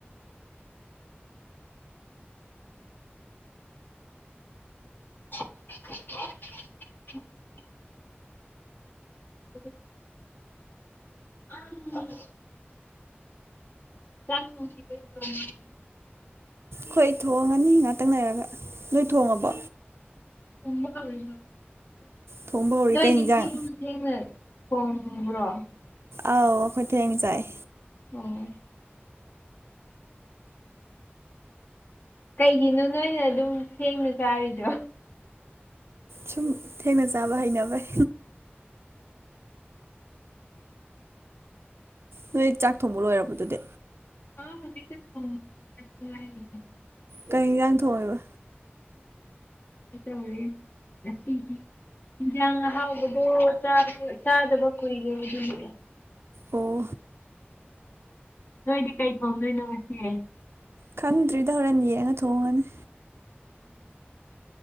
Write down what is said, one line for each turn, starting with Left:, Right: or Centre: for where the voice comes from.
Left: <unintelligible> ꯎꯝ ꯑ <unintelligible> ꯆꯥꯛ ꯊꫭꯡꯈꯤꯔꫭꯏ ꯗꯔꫭ
Right: ꯍꯣꯏ ꯊꯣꯡꯉꯅꯤ ꯉꯥꯛꯇꯪ ꯂꯩꯔꯒ ꯅꯣꯏ ꯊꯣꯡꯉꯕꯣ
Left: ꯎꯝꯕ ꯍꯧꯔꯅꯣ
Right: ꯊꯣꯡꯕ ꯍꯧꯔꯤ
Left: ꯅꫭꯏꯗ
Right: ꯀꯩ ꯌꯦꯟꯖꯥꯡ
Left: ꯊꯦꯡꯉ ꯊꯦꯡꯉ ꯐꫭꯡꯕꯔꫭ
Right: ꯑꯥꯎ ꯑꯩꯈꯣꯏ ꯊꯦꯡꯅ ꯆꯥꯏꯌ‌ꯦ
Left: ꯑꯝ ꯀꯩꯒꯤꯅꯣ ꯅꯣꯏꯅ ꯑꯗꯨꯝ ꯊꯦꯡꯅ ꯆꯥꯔꯤꯗꯣ
Right: ꯁꯨꯝ ꯊꯦꯡꯅ ꯆꯥꯕ ꯍꯩꯅꯕꯩ ꯅꯣꯏ ꯆꯥꯛ ꯊꯣꯡꯕ ꯂꯣꯏꯔꯕꯗꯨꯗꯤ
Left: ꯑ ꯃꯃꯤ ꯐ ꯊ <unintelligible>
Right: ꯀꯩ ꯌꯦꯟꯖꯥꯡ ꯊꯣꯡꯉꯦꯕ
Left: ꯑꯣꯏꯦꯁꯤ <unintelligible> ꯏꯟꯖꯥꯡ ꯑꯍꯥꯎꯕꯗꯣ ꯆꯥꯗꯕ ꯀꯨꯏꯗꯣ ꯑꯗꯨꯒꯤ
Right: ꯑꯣ
Left: ꯅꯣꯏꯗꯤ ꯀꯩ ꯊꯣꯡꯗꯣꯏꯅꯣ ꯉꯁꯤ
Right: ꯈꯟꯗ꯭ꯔꯤꯗ ꯍꯣꯔꯦꯟ ꯌꯦꯡꯉ ꯊꯣꯡꯉꯅꯤ